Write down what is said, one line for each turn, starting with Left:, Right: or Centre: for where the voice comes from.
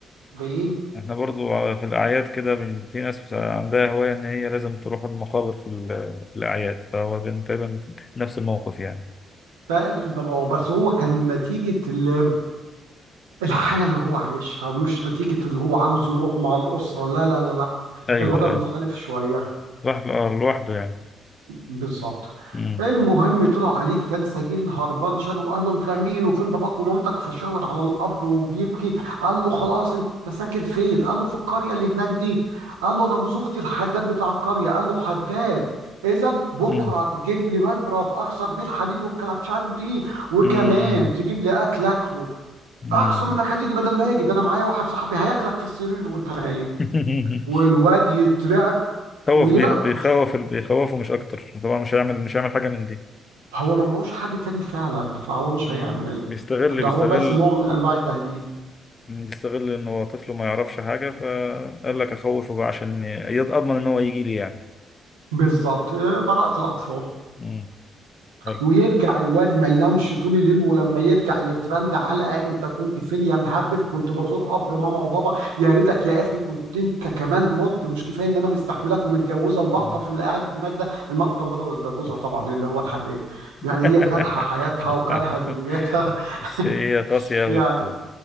Right: بإيه
Left: احنا برضو في الاعياد كده بن- في ناس عندها هواية ان هي لازم تروح المقابر في ال- في الاعياد فهو كان تقريبا نفس الموقف يعني
Right: تقريبا اه بس هو كان نتيجة ال- الحالة اللي هو عايشها مش نتيجة ان هو عاوز يروح مع الأسرة لا لا لا لا
Left: ايوه
Right: الوضع
Left: ايوه
Right: مختلف شوية
Left: لوحده آه، لوحده يعني
Right: بالظبط
Left: مم.
Right: المهم طلع عليك كان سجين هربان شان وقال له انت مين وفين باباك ومامتك فشاور على القبر وبيبكي قال له خلاص انت ساكن فين قال له في القريه اللي هناك دي قال له انا جوز اختي الحداد بتاع القريه قال له حداد اذا بكره
Left: مم.
Right: تجيب لي مبرد اكسر بيه الحديد والكلبشات دي وكمان
Left: مم.
Right: تجيب لي اكل اكله
Left: مم.
Right: اقسم انك هتيجي بدل ما يجي ده انا معايا واحد صاحبي هياكلك في السرير وانت نايم
Left: <laughs>
Right: والواد يترعب
Left: خوف
Right: ويقفش
Left: بي- بيخوف بيخوفه مش اكتر طبعا مش هيعمل مش هيعمل حاجة من دي
Right: هو ما معهوش حد تاني فعلا فهو مش
Left: مم.
Right: هيعمل
Left: بيستغل
Right: ده
Left: بيستغل
Right: هو بس نوع من انواع التهديد
Left: يستغل ان هو طفل ما يعرفش حاجة فقال لك اخوفه بقى عشان ي- اضمن ان هو يجي لي يعني
Right: بالظبط آه، براءة الأطفال
Left: مم. حلو
Right: ويرجع الواد ما ينامش طول الليل ولما يرجع يترن علقة انت كنت فين يا مهرب كنت بزور قبر ماما وبابا يا ريتك يا اخي كنت انت كمان مت مش كفايه ان انا مستحملك ومتجوزه
Left: مم.
Right: المقطف اللي قاعد هناك ده المقطف ده ده جوزها
Left: أخ-
Right: طبعا اللي هو الحداد
Left: <laughs>
Right: يعني هي كارهه حياتها وكارهه
Left: لا.
Right: دنيتها
Left: بس هي قاسية
Right: <laughs>
Left: أوي يا
Right: يعني
Left: أختو